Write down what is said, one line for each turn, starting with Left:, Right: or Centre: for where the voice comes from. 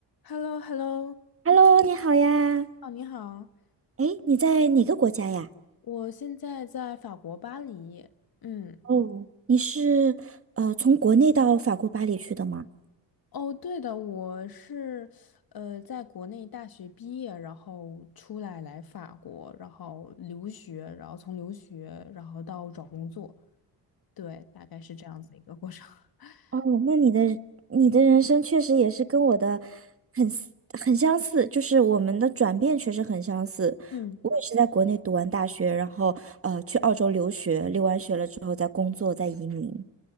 Left: h e l l o h e l l o
Right: Hello，你好呀。
Left: 哦，你好，
Right: 哎，你在哪个国家呀？
Left: 我现在在法国巴黎。嗯，
Right: 哦你是呃从国内到法国巴黎去的吗？
Left: 哦，对的，我是呃在国内大学毕业，然后出来来法国，然后留学，然后从留学，然后到找工作，对，大概是这样子一个过程。<laughs>
Right: 哦，那你的你的人生确实也是跟我的很 s- 很相似，就是我们的转变确实很相似。
Left: 嗯。
Right: 我也是在国内读完大学，然后呃去澳洲留学，留完学了之后再工作，再移民。